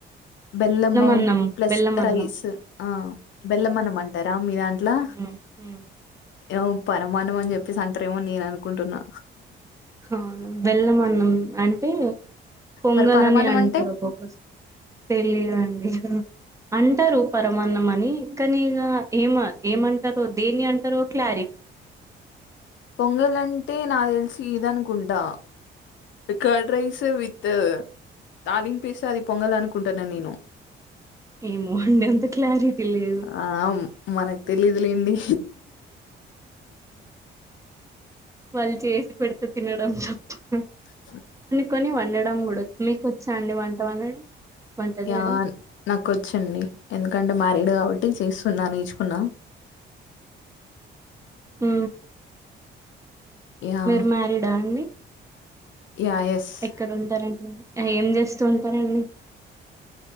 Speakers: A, on the left; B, on the right.
A: బెల్లం
B: అన్నం
A: ప్లస్
B: బెల్లం అన్నం
A: రైస్ ఆ బెల్లం అనమంటారా మీ దాంట్లో
B: హ్మ్ హ్మ్
A: ఏ పరమాన్నం అని చెప్పేసి అంటారెమో అని నేను అనుకుంటున్నా
B: అవున బెల్లమన్నం అంటే పొంగల్
A: మరి పరమాన్నం
B: అని అంటారు
A: అంటే
B: ఒక్కొక్కసారి తెలియదండి అంటారు పరమాన్నం అని కానీ ఇగా ఏమ ఏమంటారు దేని అంటారో క్లా <inaudible>
A: పొంగలంటే నాక్ తెలిసి ఇదనుకుంటా కడ్ రైస్ విత్ తాలింపేసి అది పొంగాల్ అనుకుంటాన నేను
B: ఏమో అండి అంత క్లారిటీ లేదు
A: ఆ మనకు తెలీదులేండి
B: వాళ్ళు చేసి పెడుతే తినడం తప్ప
A: స
B: కని వండడం కూడాడ మీకు వచ్చా అండి వంట వండడం వంట చేయడం
A: యా నాకుచ్చిడి ఎందుకంటే మా డు కాబట్టి చేస్తున్నా నేర్చుకున్నా
B: హ
A: యా
B: మీరు మ్యారీడా అండి
A: యా ఎస్
B: ఎక్కడ ఉంటారండి ఏం చేస్తూ ఉంటారండి